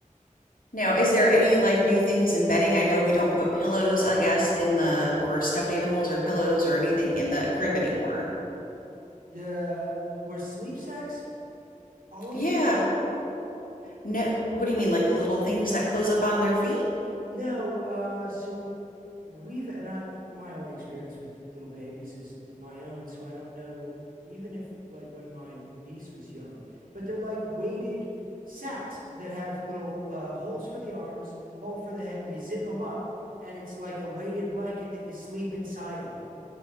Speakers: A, on the left; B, on the right.
A: Now, is there any like new things in bedding? I know we don't put pillows, I guess, in the or stuffed animals or pillows or anything in the crib anymore.
B: The were sleep sacks always
A: Yeah.
B: a thing?
A: No, what do you mean, like the little things that close up on their feet?
B: No. Uh, so we've and I my only experience with little babies is my own, so I don't know. Even if like when my niece was young, but they're like weighted sacks that have little uh, holes for the arms, hole for the head, and you zip them up, and it's like a weighted blanket that you sleep inside of.